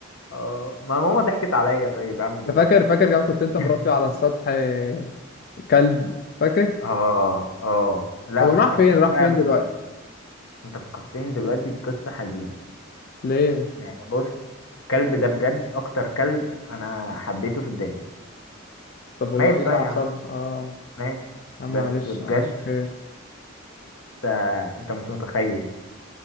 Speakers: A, on the left (about 85°); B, on the left (about 45°).
A: اه ما ماما ضحكت عليا طيب اعمل ايه
B: انت فاكر فاكر كمان كنت انت
A: <laughs>
B: مربي على السطح آه، كلب فاكر
A: اه اه لا
B: هو
A: فكرتني
B: راح فين راح
A: بقى
B: فين دلوقتي
A: ب... انت فكرتني دلوقتي بقصه حزينه
B: ليه
A: يعني بص الكلب ده بجد اكتر كلب انا حبيته في الدنيا
B: طب هو
A: مات
B: ايه اللي
A: بقى يا عم
B: حصل اه
A: مات
B: يا عم
A: بس
B: معلش
A: بجد
B: معلش خير
A: انت انت مش متخيل